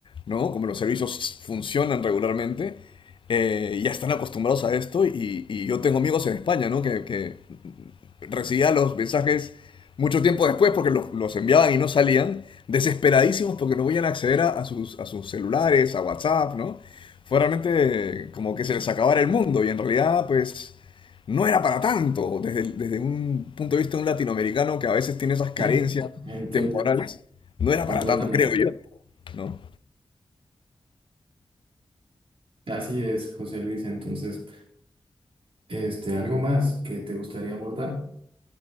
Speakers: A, on the left; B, on the right.
A: ¿no? Como los servicios funcionan regularmente, eh, ya están acostumbrados a esto y, y yo tengo amigos en España, ¿no? Que, que recibía los mensajes mucho tiempo después porque los, los enviaban y no salían, desesperadísimos porque no podían acceder a, a sus, a sus celulares, a WhatsApp, ¿no? Fue realmente como que se les acabara el mundo y en realidad pues no era para tanto desde, el- desde un punto de vista de un latinoamericano que a veces tiene esas carencias
B: Sí, entiendo,
A: temporales, no era
B: completamente.
A: para tanto, creo yo, ¿no?
B: Así es, José Luis. Entonces, este, algo más que te gustaría abordar.